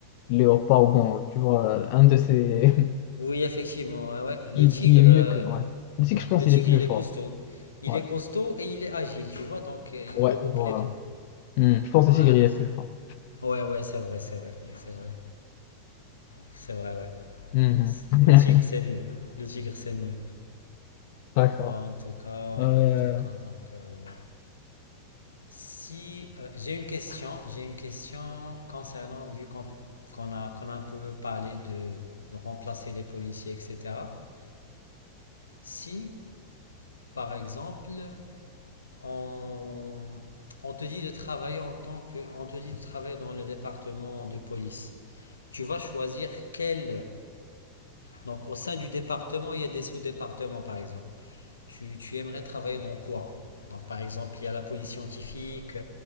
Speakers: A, on the left; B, on the left.
A: léopard, ou bon, tu vois, un de ces,
B: Oui, effectivement, ouais, ouais.
A: <laughs>
B: Le
A: qui,
B: tigre,
A: qui est mieux
B: euh,
A: que, ouais. Le tigre,
B: ouais,
A: je pense,
B: le tigre,
A: il est plus
B: il
A: fort.
B: est costaud. Il
A: Ouais,
B: est costaud et il est agile, tu vois, donc euh, il
A: ouais,
B: regroupe
A: voilà.
B: les deux.
A: Hmm, Je pense que
B: Ouais,
A: le tigre, il est plus fort.
B: ouais, ouais, c'est vrai, c'est vrai, c'est vrai, c'est vrai, ouais.
A: Mhm.
B: C'est-
A: <laughs>
B: Le tigre, c'est mieux. Le tigre, c'est mieux.
A: D'accord.
B: Ah, En tout cas,
A: Euh,
B: en tout cas, donc, euh, si euh, j'ai une question, j'ai une question concernant, vu qu'on qu'on a, qu'on a un peu parlé de, de remplacer les policiers, etc. Si, par exemple, on, on te dit de travailler en tant que, on te dit de travailler dans le département de police. Tu vas choisir quel, donc au sein du département, il y a des sous-départements par exemple. Tu, tu aimerais travailler dans quoi Donc par exemple, il y a la police scientifique,